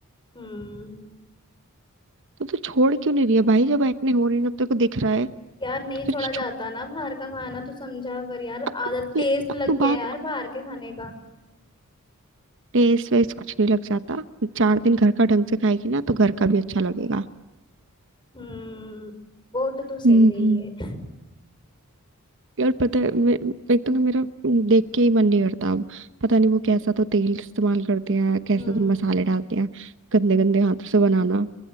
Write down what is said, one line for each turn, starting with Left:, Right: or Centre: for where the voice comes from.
Left: हम्म
Right: तो तू छोड़ क्यों नहीं रही है भाई जब एक्ने हो रही है जब तेरे को दिख रहा है
Left: यार
Right: तो
Left: नहीं छोड़ा
Right: फिर क्यों
Left: जाता
Right: छोड़
Left: ना बाहर का खाना तो समझा कर यार
Right: अब
Left: आदत
Right: तू
Left: टेस्ट
Right: अब
Left: लग
Right: तू
Left: गया
Right: बात
Left: यार
Right: मान
Left: बाहर के खाने का
Right: टेस्ट वेस्ट कुछ नहीं लग जाता चार दिन घर का ढंग से खाएगी ना तो घर का भी अच्छा लगेगा
Left: हम्म बोलते तो
Right: हम्म
Left: सही रही है
Right: यार पता है मैं एक तो ना मेरा देख के ही मन नहीं करता अब पता नहीं वो कैसा तो तेल इस्तेमाल करते हैं कैसे
Left: हम्म
Right: तो मसाले डालते हैं गंदे गंदे हाथों से बनाना